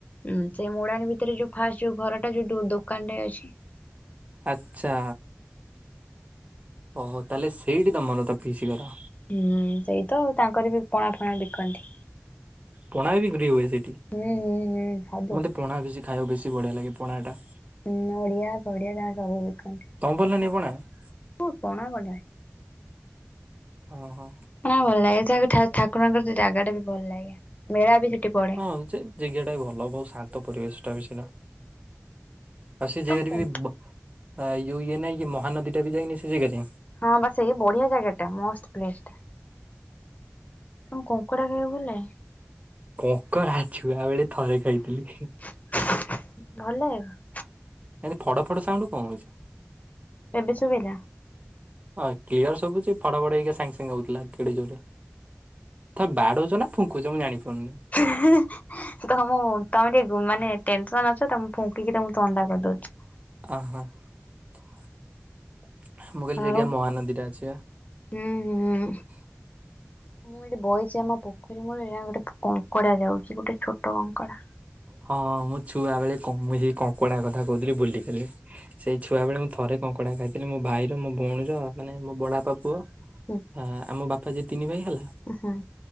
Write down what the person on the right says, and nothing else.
ଆ୍ଛା ଓହୋ ତାହେଲେ ସେଇଠି ତମର ତ ପିସ କରର।
ପଣା ବିିକ୍ରି ହୁଏ ସେଇଠି
ମତେ ପଣା ବେଶୀ ଖାଇବାକୁ ବେଶୀ ବଢିଆ ଲାଗେ ପଣା ଟା।
<unintelligible>
ଓଁ ହୋ।
ହଁ ଯେ ଜେଗା ଟା ବି ଭଲ, ବହୁ ଶାନ୍ତ ପରିବେଶ ଟା ବି ସିନା। ଆଉ ସେ ଜାଗାରେ
ବି, ଆଉ ଇଏ ନାଇଁ କି ମହାନଦୀ ଟା ବି ଯାଇନି ସେ ଜାଗାରେ?
କଙ୍କଡା ଛୁଆ ବେଳେ ଥରେ ଖାଇଥିଲି।
ଏମତି ଫଡ ଫଡ ସାଉଣ୍ଡ କଣ ହଉଛି?
ହଁ, କ୍ଲିୟର ଶୁବୁଛି ଫଡ଼ ଫଡ଼ ହେଇକି ସାଙ୍ଗେ ସାଙ୍ଗେ ହଉଥିଲା କେଡ଼େ ଜୋରରେ ତ ବାଡଉଛ ନା ଫୁଙ୍କୁଛ ମୁଁ ଜାଣିପାରୁନି।
ଅହ, ମୁଁ କହିଲି
ସେଠିବା ମହାନଦୀ ଟା ଅଛି ବା। <inaudible>
ହଁ, ମୁଁ ଛୁଆ ବେଳେ, କ ମୁଇ କଙ୍କଡା କଥା କହୁଥିଲି ଭୁଲିଗଲି। ସେଇ ଛୁଆ ବେଳେ ମୁଁ ଥରେ କଙ୍କଡ଼ା ଖାଇଥିଲି, ମୋ ଭାଇର, ମୋ ଭଉଣୀର, ମାନେ ମୋ ବଡ଼ବାପା ପୁଅ
ହଁ, ଆମ ବାପା ଯ ତିନି ଭାଇ ହେଲା